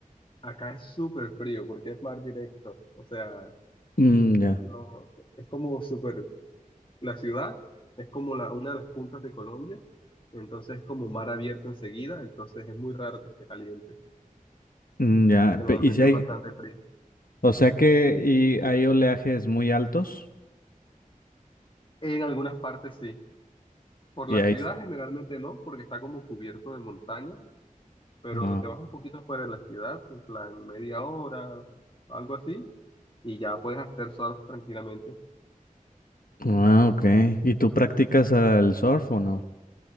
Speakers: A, on the left; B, on the left.
A: Acá es súper frío porque es mar directo. O sea,
B: Mm, ya.
A: no, es como súper... La ciudad es como la, una de las puntas de Colombia. Entonces es como mar abierto enseguida. Entonces es muy raro que esté caliente.
B: Mm, ya.
A: Normalmente
B: Pe- ¿Y si hay,
A: es bastante frío.
B: O sea que y hay oleajes muy altos
A: En algunas partes sí. Por
B: y
A: la
B: hay...
A: ciudad generalmente no, porque está como cubierto de montañas. Pero
B: Ah,
A: te vas un poquito afuera de la ciudad, en plan media hora, algo así. Y ya puedes hacer surf tranquilamente.
B: ah, ok. ¿Y tú practicas el surf o no?